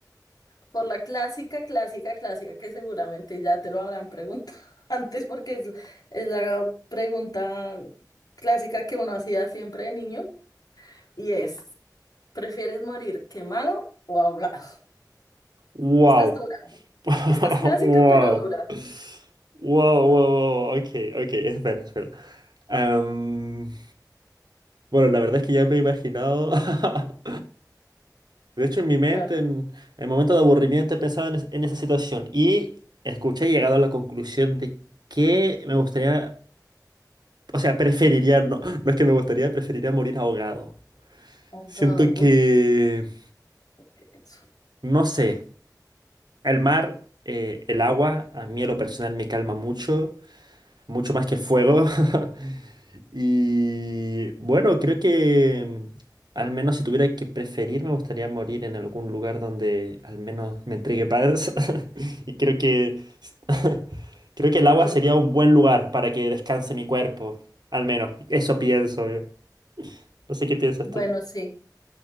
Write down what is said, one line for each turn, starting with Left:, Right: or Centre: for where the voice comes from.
Left: por la clásica, clásica, clásica, que seguramente ya te lo habrán preguntado <laughs> antes porque es, es la pregunta clásica que uno hacía siempre de niño y es, ¿prefieres morir quemado o ahogado?
Right: Wow.
Left: Esta es dura,
Right: <laughs>
Left: esta es clásica
Right: Wow.
Left: pero dura.
Right: Wow, wow, wow. Ok, ok, espera, espera. Am, bueno, la verdad es que ya me he imaginado. <laughs> De hecho, en mi mente,
Left: A
Right: en el momento de aburrimiento, he pensado en, es- en esa situación y escuché y he llegado a la conclusión de que me gustaría, o sea, preferiría, no, no es que me gustaría, preferiría morir ahogado.
Left: ahogado,
Right: Siento que,
Left: uf, qué denso.
Right: no sé. El mar, eh, el agua, a mí a lo personal me calma mucho, mucho más que el fuego. <laughs> Y bueno, creo que mm, al menos si tuviera que preferir, me gustaría morir en algún lugar donde al menos me entregue paz. <laughs> Y creo que <laughs> creo que el agua
Left: Sí,
Right: sería un buen lugar para que descanse mi cuerpo, al menos. Eso pienso yo. No sé qué piensas
Left: bueno,
Right: tú.
Left: sí,